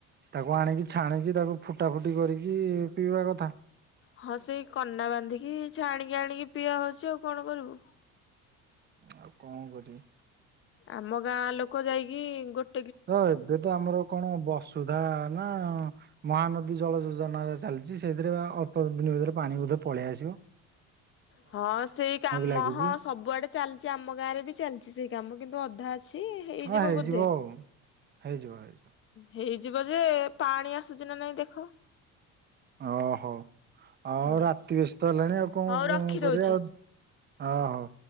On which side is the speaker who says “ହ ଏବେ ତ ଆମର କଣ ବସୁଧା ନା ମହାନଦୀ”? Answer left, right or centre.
Right